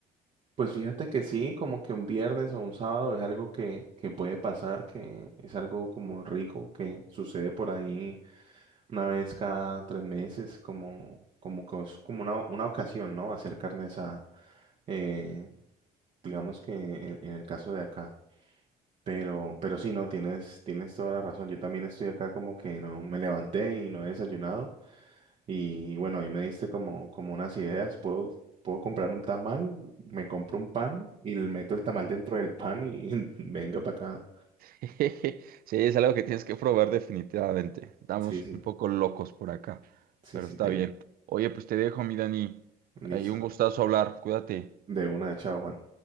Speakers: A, on the right; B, on the right.
A: Pues fíjate que sí, como que un viernes o un sábado es algo que, que puede pasar, que es algo como rico que sucede por ahí Una vez cada tres meses, como, como, que es como una, una ocasión, ¿no? Hacer carne asada. Eh, digamos que en, en el caso de acá. Pero, pero sí, no, tienes, tienes toda la razón. Yo también estoy acá como que no me levanté y no he desayunado. Y, bueno, ahí me diste como, como unas ideas. Puedo, puedo comprar un tamal, me compro un pan y le meto el tamal dentro del pan y, <laughs> venga para acá.
B: <laughs> Sí, es algo que tienes que probar definitivamente. Estamos
A: Sí, sí,
B: un poco locos por acá,
A: sí,
B: pero
A: sí,
B: está
A: tengo.
B: bien. Oye, pues te dejo, mi Dani.
A: Listo.
B: Ahí un gustazo hablar. Cuídate.
A: De una, chao, Juan.